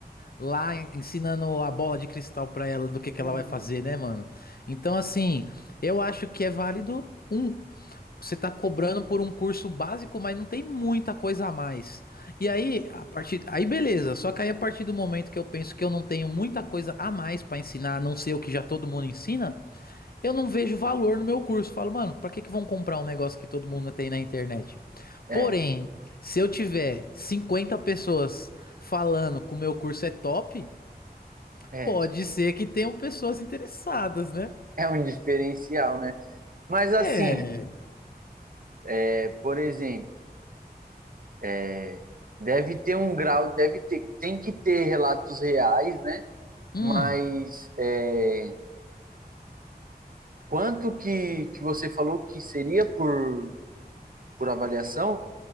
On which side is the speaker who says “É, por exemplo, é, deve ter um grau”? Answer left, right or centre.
Right